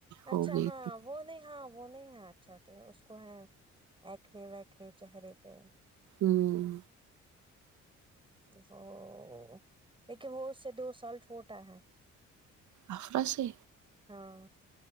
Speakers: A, on the right; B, on the right.
A: اچھا
B: ہو گئی
A: ہاں
B: تھی
A: وہ نہیں ہاں وہ نہیں ہے اچھا تو اس کو ہے اکنے وکنے چہرے پہ
B: ہمم
A: وه لیکن وہ اس سے دو سال چھوٹا ہے
B: افر سے
A: ہاں